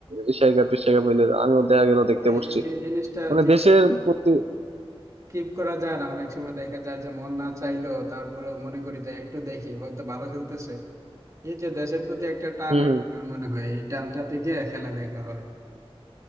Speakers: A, on the right; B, on the right.
A: এশিয়া কাপ টেশিয়া কাপ হইলে আমিও দেখা গেল দেখতে
B: হ্যাঁ
A: বসছি
B: এই জিনিসটা
A: মানে
B: ঠিক
A: দেশের
B: আছে
A: প্রতি
B: স্কিপ করা যায় না অনেক সময় দেখা যায় যে মন না চাইলেও তারপরে মনে করি যে একটু দেখি হয়তো ভালো খেলতেছে এই যে দেশের প্রতি একটা টান
A: হম
B: আর
A: হম
B: কি আমার মনে হয় এই টানটা থেকে খেলা দেখা হয়